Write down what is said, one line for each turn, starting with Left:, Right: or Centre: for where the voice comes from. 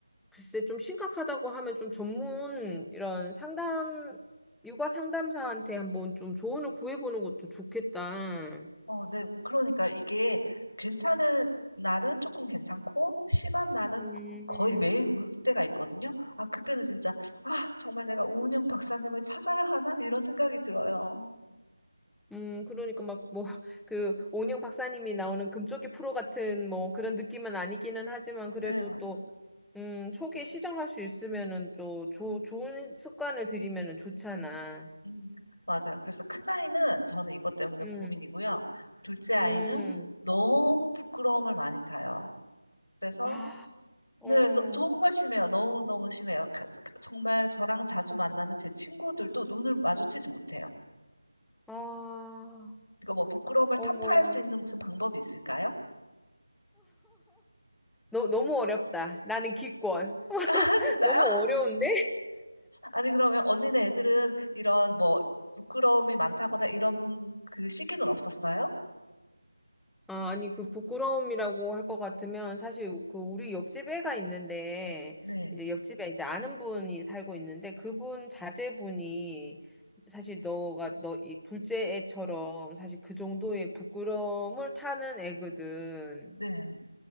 Centre: 글쎄, 좀 심각하다고 하면 좀 전문, 이런 상담, 육아 상담사한테 한번 좀 조언을 구해보는 것도 좋겠다.
Left: 어, 네. 그러니까 이게 괜찮을 날은 조금 괜찮고 심한 날은
Centre: 음,
Left: 거의 매일 울 때가 있거든요. 아, 그때는 진짜 아, 정말 내가 오은영 박사님을 찾아야 하나? 이런 생각이 들어요.
Centre: 음, 그러니까 막, 뭐, <laughs> 그, 오은영 박사님이 나오는 금쪽이 프로 같은, 뭐, 그런 느낌은 아니기는 하지만,
Left: 네,
Centre: 그래도
Left: 마-
Centre: 또, 음, 초기에 시정할 수 있으면은 또, 조, 좋은 습관을 들이면은 좋잖아.
Left: 음, 맞아요. 그래서 큰아이는 저는 이것 때문에
Centre: 음,
Left: 고민이고요. 둘째 아이는
Centre: 음.
Left: 너무 부끄러움을 많이 타요. 그래서
Centre: 아, 어,
Left: 네, 너, 정말 심해요. 너무너무 심해요. 가- 가- 정말 저랑 자주 만나는 제 친구들도 눈을 마주치지 못해요.
Centre: 아,
Left: 그러니까 뭐 부끄러움을
Centre: 어머.
Left: 타파할 수 있는 무슨 방법이 있을까요?
Centre: 너, 너무 어렵다. 나는 기권. <laughs>
Left: <laughs> 아, 진짜요?
Centre: 너무 어려운데?
Left: 아니, 그러면 언니네 애들은 이런 뭐 부끄러움이 많다거나 이런 그 시기는 없었어요?
Centre: 아, 아니, 그 부끄러움이라고 할 것 같으면 사실 그 우리 옆집 애가 있는데,
Left: 네,
Centre: 이제 옆집에 이제 아는 분이 살고 있는데, 그분 자제분이 사실 너가, 너 이 둘째 애처럼 사실 그 정도의 부끄러움을 타는 애거든.
Left: 네,